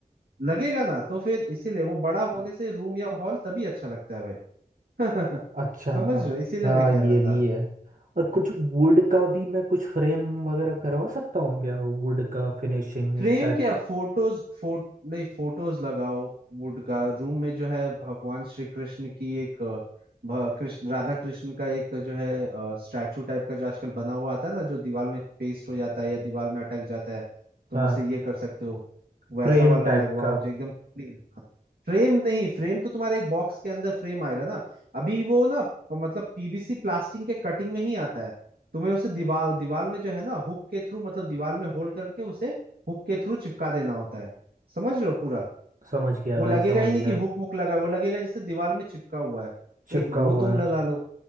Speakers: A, on the right; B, on the right.
A: लगेगा ना तो फिर इसीलिए वो बड़ा होने से रूम या हॉल तभी अच्छा लगता है भाई <laughs>
B: अच्छा
A: समझ रहे हो? इसीलिए
B: हाँ
A: मैं कह रहा
B: ये
A: था
B: भी है और कुछ वुड का भी मैं कुछ फ्रेम वगैरह करवा सकता हूँ क्या वो वुड का फिनिशिंग
A: फ्रेम
B: स्टेप्स
A: क्या फोटोज फोट नहीं फोटोज लगाओ वुड का रूम में जो है भगवान श्री कृष्ण की एक अ, भ- कृष्ण राधा कृष्ण का एक जो है स्टैचू टाइप का जो आजकल बना हुआ आता है ना जो दीवार में पेस्ट हो जाता है या दीवार में अटक जाता है तुम
B: हाँ
A: ऐसे ये कर सकते हो वैसा
B: फ्रेम
A: वाला
B: टाइप
A: लगवाओ
B: का
A: जो एकदम क्लीन फ्रेम नहीं फ्रेम तो तुम्हारे एक बॉक्स के अंदर फ्रेम आएगा ना अभी वो ना प- मतलब पीवीसी प्लास्टिक के कटिंग में ही आता है तुम्हें उसे दीवार दीवार में जो है ना हुक के थ्रू मतलब दीवार में होल करके उसे हुक के थ्रू चिपका देना होता है समझ रहे हो पूरा
B: समझ गया
A: वो
B: भाई
A: लगेगा
B: समझ
A: ही नहीं
B: गया
A: कि हुक हुक लगा है, वो लगेगा जैसे दीवार में चिपका हुआ है
B: चिपका
A: एक वो
B: हुआ
A: तुम
B: है
A: लगा लो